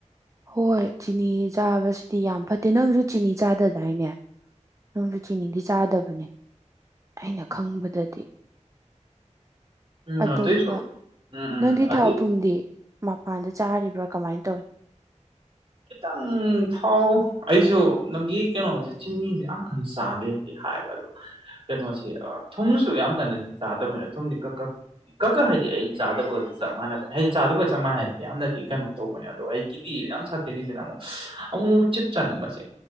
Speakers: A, on the right; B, on the right.
A: ꯍꯣꯏ ꯆꯤꯅꯤ ꯆꯥꯕꯁꯤꯗꯤ ꯌꯥꯝ ꯐꯠꯇꯦ ꯅꯪꯁꯨ ꯆꯤꯅꯤ ꯆꯥꯗꯗꯥꯏꯅꯦ ꯅꯪꯁꯨ ꯆꯤꯅꯤꯗꯤ ꯆꯥꯗꯕꯅꯦ ꯑꯩꯅ ꯈꯪꯕꯗꯗꯤ
B: ꯎꯝ
A: ꯑꯇꯣꯞꯄ
B: ꯑꯗꯨꯏꯁꯨ ꯎꯝ ꯎꯝ
A: ꯅꯪꯗꯤ
B: ꯑꯗꯨ
A: ꯊꯥꯎ ꯊꯨꯝꯗꯤ ꯃꯄꯥꯟꯗ ꯆꯥꯔꯤꯕ꯭ꯔꯥ ꯀꯃꯥꯏꯅ ꯇꯧꯏ
B: ꯈꯤꯇꯪ ꯊꯥꯎ ꯑꯩꯁꯨ ꯅꯪꯒꯤ ꯀꯩꯅꯣꯁꯦ ꯆꯤꯅꯤꯖꯦ ꯌꯥꯝꯀꯟ ꯆꯥꯗꯦꯗꯤ ꯍꯥꯏꯕ ꯑꯗꯣ ꯀꯩꯅꯣꯁꯤ ꯑꯥ ꯊꯨꯝꯁꯨ ꯌꯥꯝ ꯀꯟꯅꯗꯤ ꯆꯥꯗꯝꯅꯤꯅ ꯊꯨꯝꯗꯤ ꯀꯛꯀꯛ ꯀꯀꯥ ꯍꯥꯏꯗꯤ ꯑꯩ ꯆꯥꯗꯕꯑꯣꯗꯤ ꯆꯞ ꯃꯥꯟꯅꯕꯅꯦ ꯍꯥꯏꯗꯤ ꯆꯥꯗꯕꯒ ꯆꯞ ꯃꯥꯟꯅꯩ ꯍꯥꯏꯗꯤ ꯌꯥꯝꯅꯗꯤ ꯀꯩꯅꯣ ꯇꯧꯕꯅꯦ ꯑꯗꯣ ꯑꯩꯒꯤꯗꯤ ꯌꯥꯝ ꯁꯥꯠ ꯇꯪꯗꯤꯁꯤꯅ ꯃꯨꯛ ꯑꯃꯨꯃꯨꯛ ꯆꯤꯞ ꯆꯥꯅꯤꯡꯕꯁꯦ